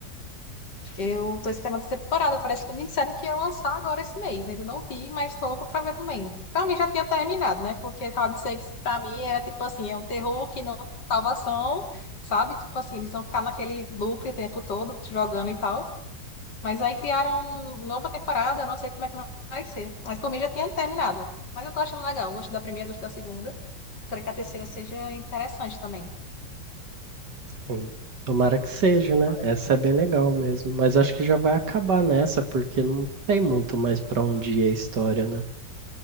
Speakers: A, on the left (about 75°); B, on the right (about 75°).
A: Eu tô esperando essa temporada. Parece que me disseram que ia lançar agora esse mês. Ainda não vi, mas tô louca pra ver também. Pra mim já tinha terminado, né? Porque Round Six pra mim era tipo assim, é um terror que não tem salvação, sabe? Tipo assim, eles vão ficar naquele loop o tempo todo, te jogando e tal. Mas aí criaram uma nova temporada, eu não sei como é que vai ser. Mas por mim já tinha terminado. Mas eu tô achando legal. Gosto da primeira, gosto da segunda. Espero que a terceira seja interessante também.
B: Sim. Tomara que seja,
A: Tomara
B: né? Essa
A: que seja.
B: é bem legal mesmo. Mas acho que já vai acabar nessa, porque não tem muito mais pra onde ir a história, né?